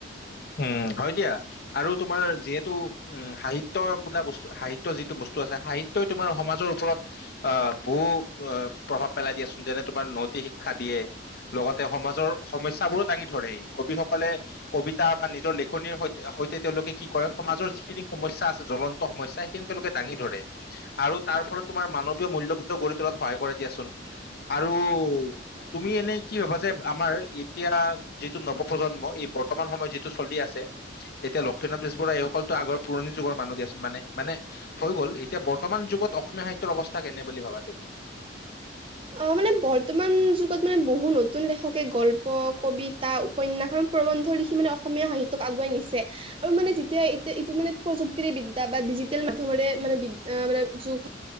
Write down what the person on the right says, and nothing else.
অঁ মানে বৰ্তমান যুগত মানে, বহু নতুন লেখকে গল্প, কবিতা- উপন্যাসখ আৰু প্ৰবন্ধ লিখি মানে অসমীয়া সাহিত্যক আগুৱাই নিছে। আৰু মানে যেতিয়া এইট এইটো মানে প্ৰযুক্তিৰে বিদ্যা বা ডিজিটেল মাধ্যমৰে মানে বিদ মানে যুগ হয়।